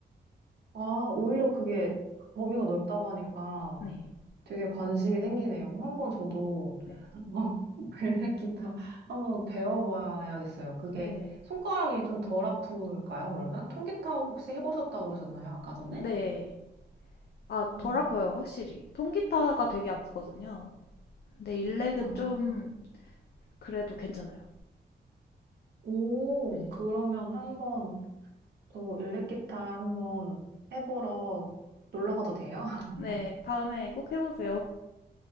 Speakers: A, on the right (about 75°); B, on the left (about 65°).
A: 아, 오히려 그게 범위가 넓다고 하니까
B: 네.
A: 되게 관심이 생기네요. 한번 저도
B: 네.
A: 어, <laughs> 벨벳 기타 한번 배워봐야겠어요. 그게
B: 네.
A: 손가락이 좀 덜 아플까요, 그러면? 통기타 혹시 해보셨다고 그러셨나요, 아까 전에?
B: 네. 아,
A: 음.
B: 덜 아파요, 확실히. 통기타가 되게 아프거든요. 근데 일렉은
A: 아,
B: 좀 그래도 괜찮아요.
A: 오,
B: 네.
A: 그러면 한번 저 일렉기타 한번 해보러 놀러 가도 돼요? <laughs>
B: 네, 다음에 꼭 해보세요.